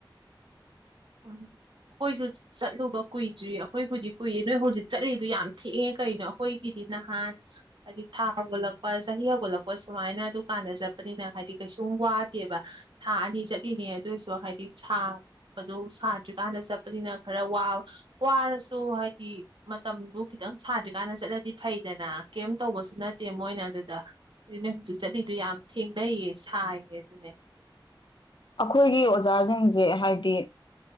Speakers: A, on the right (about 75°); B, on the left (about 65°).
A: ꯎꯝ ꯑꯩꯈꯣꯏꯁꯨ ꯆꯠꯂꯨꯕ ꯀꯨꯏꯗ꯭ꯔꯤ ꯑꯩꯈꯣꯏꯕꯨꯗꯤ ꯀꯨꯏ ꯅꯣꯏ ꯍꯧꯖꯤꯛ ꯆꯠꯂꯤꯗꯨ ꯌꯥꯝ ꯊꯦꯡꯉꯦ ꯀꯅꯣ ꯑꯩꯈꯣꯏꯒꯤꯗꯤ ꯅꯍꯥꯟ ꯍꯥꯏꯗꯤ ꯊꯥ ꯍꯧꯒꯠꯂꯛꯄ ꯆꯍꯤ ꯍꯧꯒꯠꯂꯛꯄ ꯁꯨꯃꯥꯏꯅ ꯗꯨꯀꯥꯟꯗ ꯆꯠꯄꯅꯤꯅ ꯍꯥꯏꯗꯤ ꯀꯩꯁꯨꯝ ꯋꯥꯗꯦꯕ ꯊꯥ ꯑꯅꯤ ꯆꯠꯂꯤꯅꯦ ꯑꯗꯨꯏꯁꯨ ꯍꯥꯏꯗꯤ ꯁꯥ ꯗꯨ ꯁꯥꯗ꯭ꯔꯤꯀꯥꯟꯗ ꯆꯠꯄꯅꯤꯅ ꯈꯔ ꯋꯥꯔꯁꯨ ꯍꯥꯏꯗꯤ ꯃꯇꯝꯗꯨ ꯈꯤꯇꯪ ꯁꯥꯗ꯭ꯔꯤꯀꯥꯟꯗ ꯆꯠꯂꯗꯤ ꯐꯩꯗꯅ ꯀꯩꯝ ꯇꯧꯕꯁꯨ ꯅꯠꯇꯦ ꯃꯣꯏꯅ ꯑꯗꯨꯗ ꯑꯗꯨꯅꯦ ꯍꯧꯖꯤꯛ ꯆꯠꯂꯤꯗꯨ ꯌꯥꯝ ꯊꯦꯡꯅꯩꯌꯦ ꯁꯥꯏꯌꯦ ꯑꯗꯨꯅꯦ
B: ꯑꯩꯈꯣꯏꯒꯤ ꯑꯣꯖꯥꯁꯤꯡꯁꯦ ꯍꯥꯏꯗꯤ